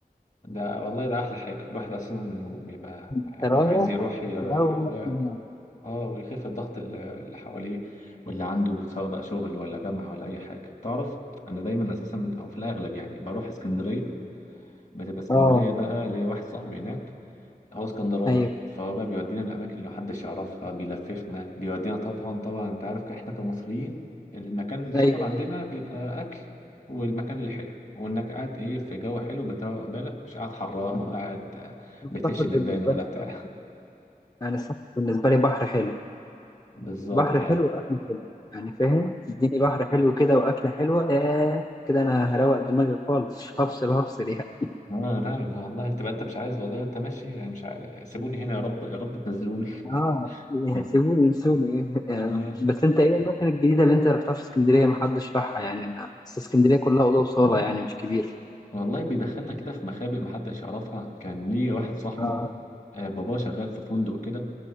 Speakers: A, on the left; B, on the left.
A: ده والله ده احلى حاجه الواحد اصلا بيبقى
B: انت
A: يعني
B: رايح
A: عايز يروح ير...
B: تروق
A: ير-
B: دماغك
A: اه ويخف الضغط اللي اللي حواليه واللي عنده سواء بقى شغل ولا جامعه ولا اي حاجه تعرف انا دايما اساسا او في الاغلب يعني بروح اسكندريه بتبقى اسكندريه
B: اه
A: بقى ليا واحد صاحبي هناك هو اسكندراني
B: ايوه
A: فهو بقى بيودينا الاماكن اللي محدش يعرفها بيلففنا بيودينا طبعا طبعا انت عارف احنا كمصريين المكان السفر
B: ايوه
A: عندنا بيبقى اكل والمكان الحلو وانك قاعد ايه في جو حلو بتروق بالك مش قاعد حران <laughs> وقاعد آه،
B: السفر
A: بتهش دبان
B: بالنسبة
A: ولا
B: لي
A: بتاع <laughs>
B: يعني السفر بالنسبة لي بحر حلو
A: بالظبط
B: بحر
A: اه
B: حلو وأكل حلو يعني فاهم اديني بحر حلو كده وأكلة حلوة ياه كده أنا هروق دماغي خالص هفصل هفصل يعني
A: اه لا والله تبقى انت مش عايز والله انت ماشي يعني مش عارف سيبوني هنا يا رب يا رب تنزلوني
B: آه
A: <laughs>
B: سيبوني ينسوني يعني
A: اه
B: بس أنت إيه الأماكن الجديدة اللي أنت رحتها في اسكندرية محدش راحها يعني أنا بس اسكندرية كلها أوضة وصالة يعني مش كبير
A: والله بيدخلنا كده في مخابئ محدش يعرفها كان ليه واحد صاحبه
B: آه
A: آه، باباه شغال في فندق كده